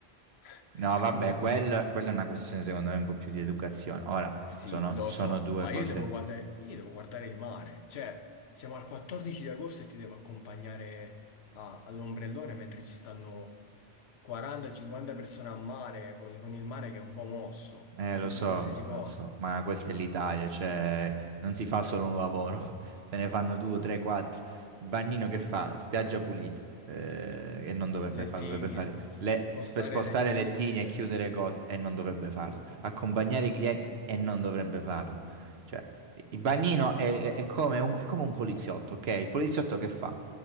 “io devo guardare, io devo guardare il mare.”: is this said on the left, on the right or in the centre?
Left